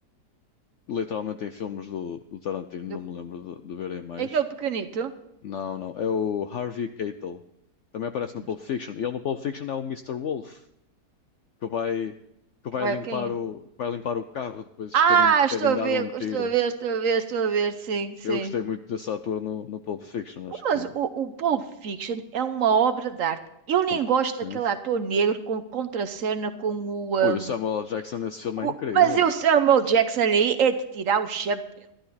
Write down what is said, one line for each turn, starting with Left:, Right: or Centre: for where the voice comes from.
Left: literalmente em filmes do, do Tarantino,
Right: Do-
Left: não me lembro de, de verem mais.
Right: É aquele pequenito.
Left: Não, não, é o Harvey Keitel. Também aparece no
Right: Mas-
Left: Pulp Fiction. E ele no Pulp Fiction é o Mister Wolf, que vai, que
Right: Que
Left: vai
Right: vai,
Left: limpar
Right: quem é?
Left: o, que vai limpar o carro depois de terem,
Right: Ah,
Left: terem
Right: estou a
Left: dado
Right: ver,
Left: um tiro.
Right: estou a ver, estou a ver, estou a ver, sim,
Left: Eu
Right: sim.
Left: gostei muito desse ator no, no Pulp Fiction, acho que.
Right: Mas o, o Pulp Fiction é uma obra de arte. Eu nem
Left: bom,
Right: gosto
Left: Sim,
Right: daquele
Left: sim.
Right: ator negro com contracena com o. ahm,
Left: Ui, o Samuel L. Jackson nesse filme
Right: co-
Left: é incrível.
Right: Mas o Samuel Jackson aí é de tirar o chapéu.